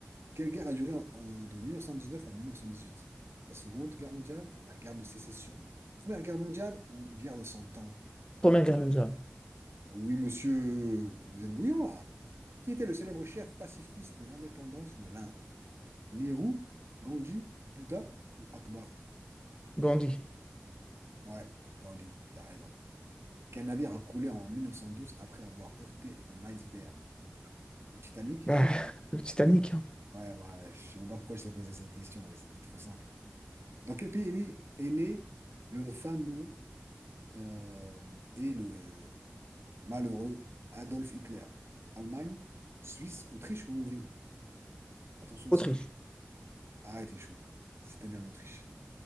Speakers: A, on the right (about 80°); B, on the left (about 20°).
A: Quelle guerre a duré en- en- de 1919 à 1918? La Seconde Guerre mondiale, la guerre de sécession, Première Guerre mondiale ou guerre de Cent Ans?
B: Première guerre mondiale.
A: Oui, monsieur, vous êtes bouillant là. Qui était le célèbre chef pacifiste de l'indépendance de l'Inde? Nehru, Gandhi, Bouddha ou Akbar?
B: Gandhi.
A: Ouais, Gandhi, t'as raison. Quel navire a coulé en 1912 après avoir heurté un iceberg? Le Titanic?
B: Bah, le Titanic. hein.
A: Ouais, ouais, je sais même pas pourquoi je t'ai posé cette question, mais c'était trop simple. Dans quel pays est né, est né le fameux euh, et le malheureux Adolf Hitler? Allemagne, Suisse, Autriche ou Hongrie? Attention,
B: Autriche.
A: si tu Ah, t'es chaud. C'était bien l'Autriche.